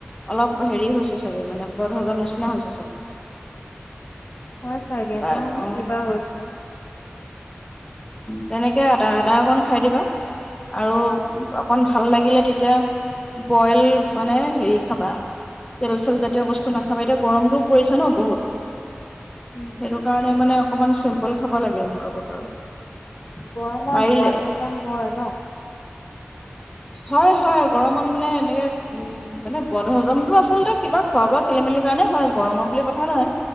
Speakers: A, on the left (about 15°); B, on the left (about 50°).
A: অলপ হেৰি হৈছে চাগে মানে বৰ হজম নিচিনা হৈছে চাগে
B: হয় চাগে
A: বা
B: যানো
A: অ
B: কিবা হৈছে।
A: তেনেকে আদা আদা অকণ খাই দিবা আৰু অকন ভাল লাগিলে তেতিয়া বইল মানে হেৰি খাবা। তেল চেলজাতীয় বস্তু নাখাবি এতিয়া গৰমটোও পৰিছে ন বহুত।
B: উম,
A: সেইটো কাৰণে মানে অকমান চল বইল খাব লাগে এনেকুৱা বতৰত
B: গৰমত
A: পাৰিলে
B: বদ হজম হয় ন
A: হয়, হয়, গৰমত মানে এনেকে উম মানে বদ হজমতটো আচলতে কিবা খোৱা বোৱা খেলি মেলি কাৰণে হয় গৰমত বুলি কথা নহয়।